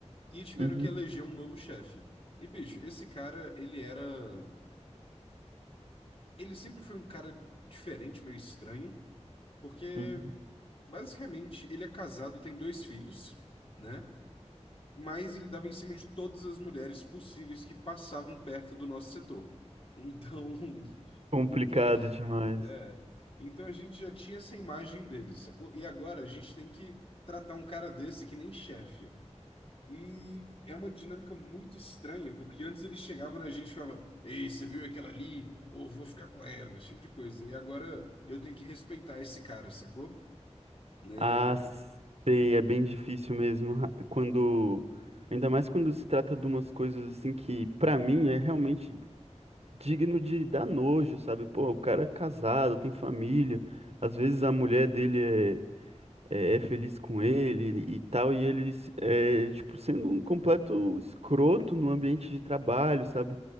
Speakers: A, on the left (about 50°); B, on the right (about 60°).
A: e tiveram
B: uhum,
A: que eleger um novo chefe. E, bicho, esse cara, ele era. Ele sempre foi um cara diferente, meio estranho, porque
B: uhum.
A: Basicamente, ele é casado, tem dois filhos, né? Mas ele dava em cima de todas as mulheres possíveis que passavam perto do nosso setor. Então, <laughs>
B: Complicado
A: então,
B: demais.
A: é, então a gente já tinha essa imagem dele, sacou? E agora a gente tem que tratar um cara desse que nem chefe. E é uma dinâmica muito estranha, porque antes ele chegava na gente e falava: Ei, você viu aquela ali? Ou vou ficar com ela, esse tipo de coisa. E agora eu tenho que respeitar esse cara, sacou? né
B: Ah, sei, é bem difícil mesmo. ra- Quando, ainda mais quando se trata de umas coisas assim que, pra mim, é realmente digno de dar nojo, sabe? Pô, o cara é casado, tem família. Às vezes a mulher dele é é, é feliz com ele e tal, e ele, é, tipo, sendo um completo escroto no ambiente de trabalho, sabe?